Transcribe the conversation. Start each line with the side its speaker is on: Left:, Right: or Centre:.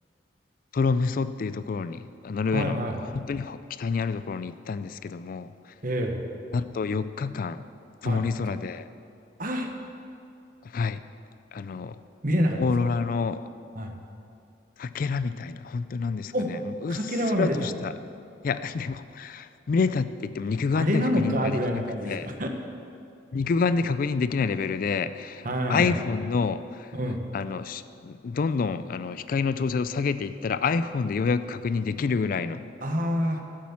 Left: トロムソっていうところに、あ、
Right: <laughs>
Left: ノルウェーの本当にほ北にあるところに行ったんですけども、
Right: はい、はい。ええ、
Left: なんと4日間曇り空で
Right: はい。であ、
Left: はい。あの、
Right: 見れなかったですか。
Left: オーロラの
Right: はい。
Left: かけらみたいな、ほんとなんですかね、
Right: お、
Left: もううっすらとした、
Right: かけらは見れた。
Left: いや、<laughs> でも、見れたって言っても肉眼では確認ができなくて、
Right: あれなのかぐらいな感じですか。
Left: 肉眼で確認できないレベルで、
Right: <laughs> はい。
Left: iPhone の、
Right: うん。
Left: あの、しどんどん、あの、光の調整を下げていったら、iPhone でようやく確認できるぐらいの。
Right: ああ。